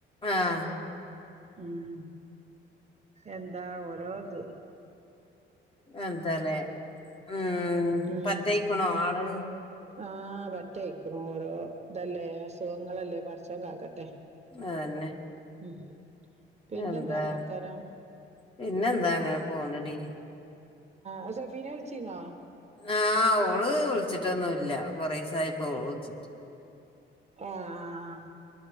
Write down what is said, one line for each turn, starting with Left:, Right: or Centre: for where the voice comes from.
Left: ആഹ്
Right: ഉം എന്താ ഓരോത്.
Left: എന്താല്ലേ ഉം
Right: ഉം
Left: പറ്റയ്ക്കണോ ആള്
Right: ആ പറ്റയ്ക്കണു ഓരോ ഇതല്ലേ അസുഖങ്ങളല്ലേ? പടച്ചോൻ കാക്കട്ടെ.
Left: അതന്നെ
Right: ഉം പിന്നെന്താടി
Left: എന്താ
Right: വർത്താനം
Left: പിന്നെ എന്താ അങ്ങനെ പോണടി.
Right: ആ സജീന വിളിച്ചീന്നോ?
Left: ആ ഓള് വിളിച്ചു. റ്റൊന്നുല്ല കൊറെസായി പ്പ ഓൾ വിച്ചി
Right: ആഹ്